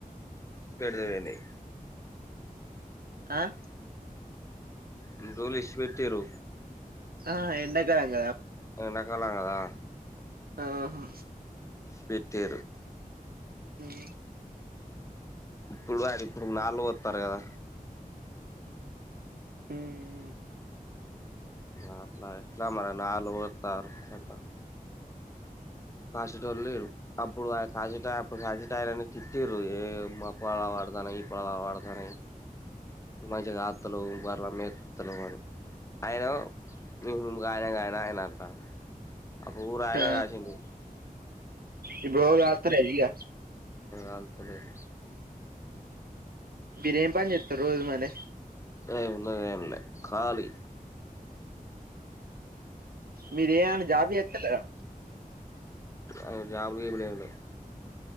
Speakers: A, on the left; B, on the right.
A: స్పీడ్వనాయి.
B: ఆహ్.
A: ఇన్ని రోజులు విడిచి పెట్టిండ్రు.
B: ఆహ్ ఎండకాలం కదా.
A: ఎండాకాలం కదా.
B: ఆహా.
A: పెట్టిండ్రు.
B: ఉమ్.
A: ఇప్పుడు అది ఇప్పుడు నాలుగు వోస్తారు కదా.
B: ఉమ్.
A: ఆహ్ ఎట్లా మరి నాలుగు వోతారు కదా. కాసేటోళ్ళు లేరు అప్పుడు కాసేటై కాసేటైనను తిట్టిండ్రు ఏం <unintelligible> వాడతా ఇప్పుడులా వాడతానే మంచిగా తాగుత్తలేవు బరలా మేపుత్తలేవు. అయన ఉమ్ మగాయనం గాయన అయన అంటాంను. ఆహ్ ఊరు ఆయన
B: ఆ
A: కాసిండు.
B: ఇప్పుడు ఎవరు కాస్త లేరు ఇగ.
A: అల్ తలేదు
B: మీరేం పని చెత్తర్ రోజు మరే
A: ఏమున్నది ఎం లే కాళీ
B: మీరేమన్న జాబ్ చెత్తలేరా
A: అ జాబ్ లు గిబులు ఎం లెవ్